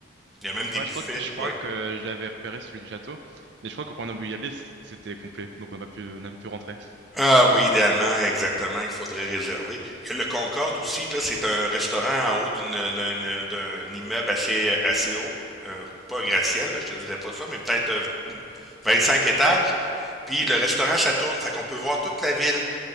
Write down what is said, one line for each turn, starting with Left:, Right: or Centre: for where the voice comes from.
Centre: Il y a même des
Right: Ouais,
Centre: buffets.
Right: je crois que, je crois
Centre: Oui.
Right: que je l'avais repéré celui du château, mais je crois que quand on a voulu y aller, c'était complet, donc on n'a pas pu, on n'a pas pu rentrer.
Centre: Ah oui, idéalement, exactement, il faudrait réserver. Il y a le Concorde aussi, là, c'est un restaurant en haut d'une, d'un, d'un immeuble assez, assez haut. Euh, pas un gratte-ciel, là, je te dirais pas ça, mais peut-être euh, 25 étages. Puis le restaurant, ça tourne, fait qu'on peut voir toute la ville,